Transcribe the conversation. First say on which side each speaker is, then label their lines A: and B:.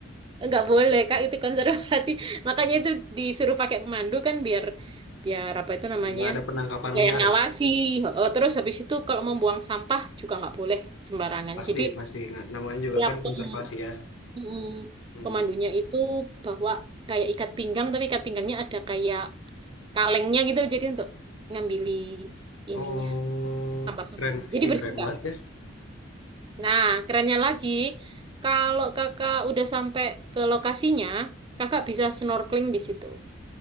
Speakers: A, on the right (about 25°); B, on the left (about 85°).
A: nggak boleh Kak itu konservasi. <laughs> Makanya itu disuruh pakai pemandu kan biar biar apa itu namanya?
B: Nggak ada penangkapan
A: Dia
B: liar
A: yang ngawasi.
B: ya?
A: Oh, terus habis itu kalau membuang sampah juga nggak boleh sembarangan.
B: Hmm, Pasti,
A: Jadi
B: pasti. Nggak, namanya juga
A: tiap
B: kan
A: pem,
B: konservasi ya.
A: mm,
B: Hmm.
A: pemandunya itu bawa kayak ikat pinggang tapi ikat pinggangnya ada kayak kalengnya gitu loh. jadi untuk ngambili ininya
B: Oh,
A: sampah-sampahnya.
B: ih, keren.
A: Jadi
B: Ih,
A: bersih
B: keren
A: Kak.
B: banget ya.
A: Nah, kerennya lagi, kalau kakak udah sampai ke lokasinya, kakak bisa snorkeling di situ.